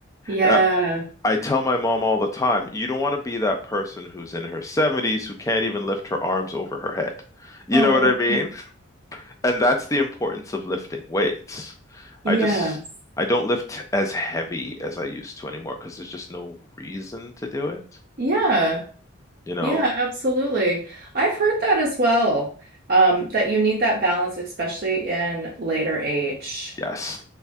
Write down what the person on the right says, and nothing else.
Yeah.
Oh,
yes.
Yeah.
Yeah, absolutely. I've heard that as well. Um, that you need that balance, especially in later age.